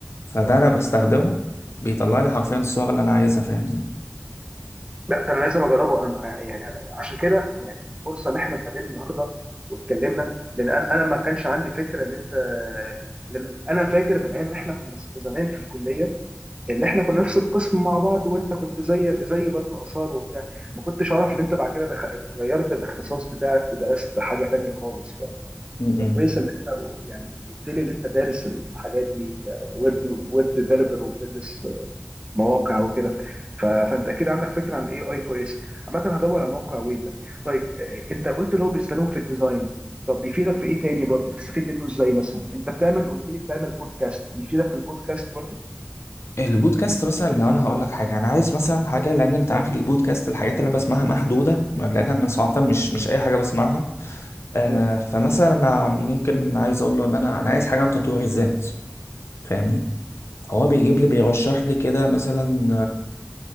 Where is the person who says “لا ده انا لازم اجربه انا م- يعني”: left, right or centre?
Right